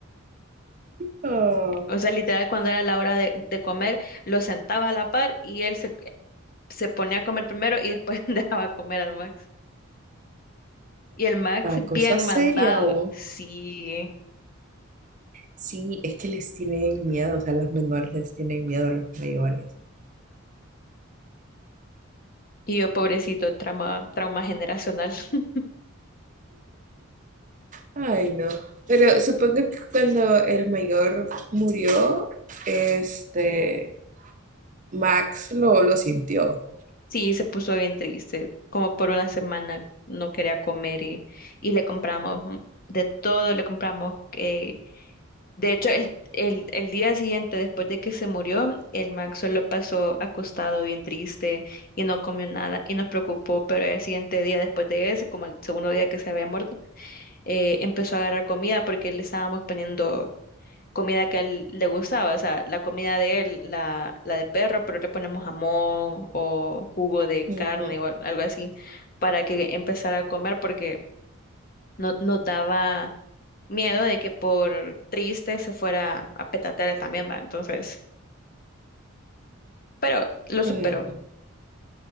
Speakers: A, on the right; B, on the left.
A: la,
B: O sea, literal, cuando era la hora de, de comer, lo sentaba a la par y él se, se ponía a comer primero y después <laughs> dejaba comer al Max. Y el Max
A: cosa
B: bien
A: seria
B: mandado,
A: o...
B: sí.
A: Sí, es que les tienen miedo, o sea, los menores les tienen miedo a los mayores.
B: Y yo, pobrecito, trauma, trauma generacional. <laughs>
A: Ay, no. Pero supongo que cuando el mayor murió, este, Max lo, lo sintió.
B: Sí, se puso bien triste. Como por una semana no quería comer y, y le compramos mm, de todo, le compramos eh, De hecho, el, el, el día siguiente, después de que se murió, el Max solo pasó acostado, bien triste, y no comió nada, y nos preocupó, pero el siguiente día, después de ese, como el segundo día que se había muerto, eh, empezó a agarrar comida porque le estábamos poniendo comida que a él le gustaba, o sea, la comida de él, la, la de perro, pero le ponemos jamón o jugo de
A: Ujú,
B: carne o algo así, para que empezara a comer porque no, nos daba miedo de que por triste se fuera a petatear él también, va. Entonces, pero lo superó.
A: ujú.